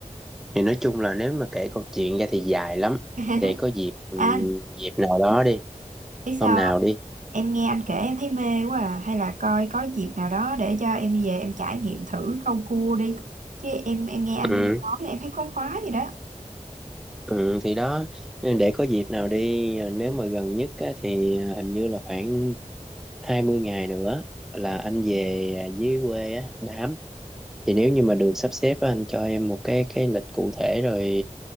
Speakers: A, in the centre; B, on the right.
A: thì nói chung là nếu mà kể câu chuyện ra thì dài lắm
B: <laughs>
A: để có dịp ừm,
B: anh
A: dịp nào đó đi
B: biết sao
A: hôm nào đi
B: Em nghe anh kể em thấy mê quá à. Hay là coi có dịp nào đó để cho em về em trải nghiệm thử câu cua đi. Chứ em em nghe anh
A: ừ,
B: nói em thấy khoái khoái gì đó.
A: ừ, thì đó để có dịp nào đi ờ, nếu mà gần nhất á, thì ờ, hình như là khoảng 20 ngày nữa là anh về à, dưới quê á đám thì nếu như mà được sắp xếp á, anh cho em một cái cái lịch cụ thể rồi